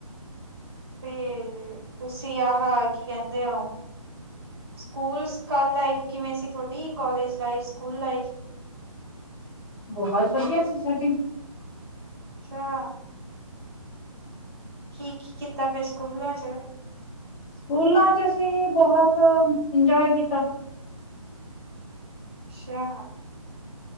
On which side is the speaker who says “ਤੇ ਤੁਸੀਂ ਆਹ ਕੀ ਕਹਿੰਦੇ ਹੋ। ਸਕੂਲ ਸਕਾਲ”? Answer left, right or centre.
Right